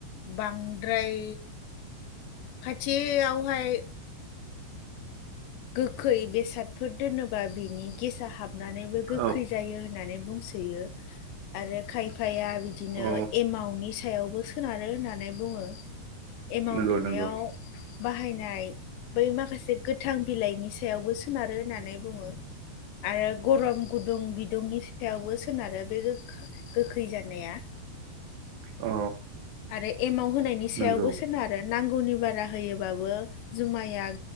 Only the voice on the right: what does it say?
औ
अ
नंगौ
नंगौ
अ।
नंगौ